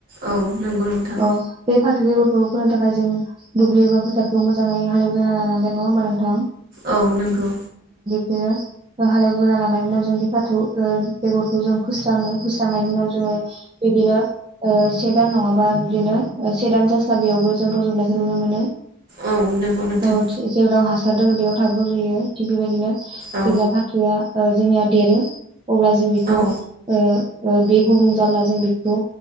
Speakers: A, on the right (about 40°); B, on the right (about 25°).
A: औ नंगौ नोंथां
B: अ बे फाथ बेगरखौ फोनो थाखाय जों दुब्लि एबा फोथारखौ मोजाङै हालेवग्रोना लानांगोन नङा होम्बा नोंथां।
A: औ नोंगौ
B: बिदिनो हालेवग्रोना लानायनि उनाव जों बे फाथो ओ बेगरखौ जों फोस्राङो फोस्रांनायनि उनाव जोङो बिदिनो ओ से दान नङाबा बिदिनो से दान जास्लाबियावबो जों रज'नायखौ नुनो मोनो
A: औ नंगौ नोंथां
B: औ जेराव हस हासार दं बेयाव थाब र'जयो थिक बेबायदिनो जेब्ला
A: औ
B: फाथोआ ओ जोंनिया देरो अब्ला जों बेखौ
A: औ
B: ओ ओ बे गुबुं जाब्ला जों बेखौ